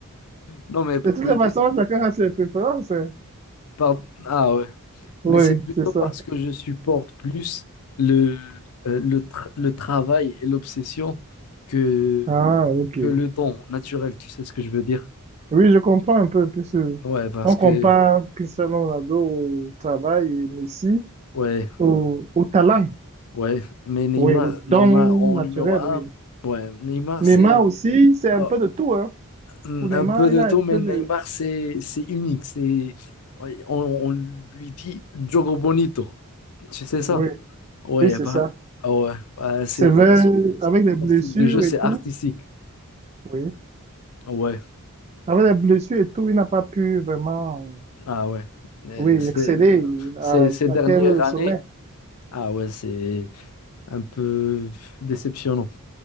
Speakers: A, on the left; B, on the right.
A: Non, mais
B: De toutes
A: plus.
B: les façons, chacun a ses préférences. hein.
A: Pardon. Ah ouais. Mais
B: Oui,
A: c'est plutôt
B: c'est ça.
A: parce que je supporte plus le, euh, le, tra- le travail et l'obsession que,
B: Ah, ok.
A: que le don naturel, tu sais ce que je veux dire?
B: Oui, je comprends un peu, puisque
A: Ouais, parce
B: on compare
A: que,
B: Cristiano Ronaldo au travail et Messi
A: ouais,
B: au, au talent,
A: ouais. Mais Neymar,
B: oui, au don
A: Neymar en
B: naturel,
A: numéro un,
B: oui.
A: ouais, Neymar,
B: Neymar
A: c'est
B: aussi, c'est un
A: euh,
B: peu de tout, hein.
A: un
B: Pour Neymar,
A: un peu de
B: il a
A: tout,
B: un peu
A: mais Neymar,
B: de...
A: c'est c'est unique. C'est, ouais, on, on lui dit Diogo Bonito, tu sais ça?
B: Oui,
A: Ouais,
B: oui,
A: y
B: c'est
A: a pas-
B: ça.
A: ah ouais, ouais, c'est,
B: C'est vrai,
A: son
B: avec les blessures
A: son style de jeu, c'est
B: et tout,
A: artistique.
B: oui.
A: Ouais,
B: Avec les blessures et tout, il n'a pas pu vraiment, euh,
A: ah ouais. Euh,
B: oui,
A: c'est-
B: exceller, à,
A: c'est- ces dernières
B: atteindre le
A: années,
B: sommet.
A: ah ouais, c'est un peu déceptionnant.